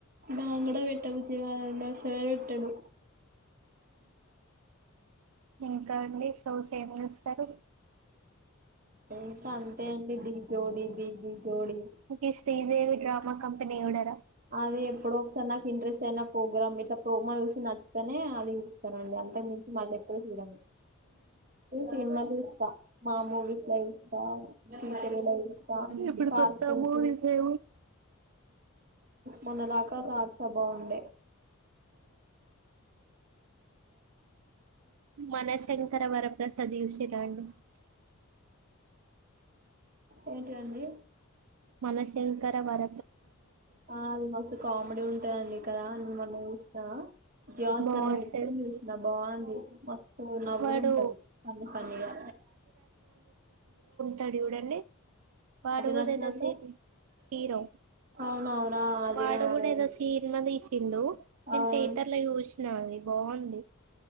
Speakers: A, on the right; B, on the right.
A: నా <unintelligible> పెట్టబుద్ధి కాదు అండి శెలవిట్టడు
B: ఇంకా అండి షోస్ ఏమి చూస్తారు?
A: ఇంకా అంతే అండి ఢీ జోడి బీబీ జోడి
B: ఒకే శ్రీదేవి డ్రామా కంపెనీ చూడరా
A: అదే ఎప్పుడో ఒకసారి నాకు ఇంట్రెస్ట్ అయిన ప్రోగ్రామ్ ఇదా ప్రోమో చూసి నచ్చుతేనే అది చూస్తానండి అంతకు మించి మళ్ళీ ఎప్పుడు చూడను సినిమా చూస్తా మా మూవీస్ లో చూస్తా జీ తెలుగులో చూస్తా
B: ఎప్పుడు
A: కార్టూన్స్
B: కొత్తామో ఏమో
A: మొన్న దాకా రాసా బావుండే
B: మనశంకర వరప్రసాద్ చూసేరా అండి
A: ఏంటి అండి
B: మనశంకర వర
A: ఆ అది మస్తు కామెడీ ఉంటందండి కదా. న మొన్న చూసినా జ్యవ్
B: బాగుంటది
A: హాట్స్ంలో పెట్టుకొని చూసినా బావుంది. మస్తు నవ్వుడు
B: వాడు
A: ఉంటది. ఫనీ ఫన్నగా
B: తడి చూడండి వాడు కూడా
A: నటనలో
B: ఏదో సిని హీరో
A: అవునవునా అది
B: వాడు
A: అవును
B: కూడా ఏదో సినిమా తీసిండు. నేను
A: అవును
B: థియేటర్ లో చూసినది బావుంది.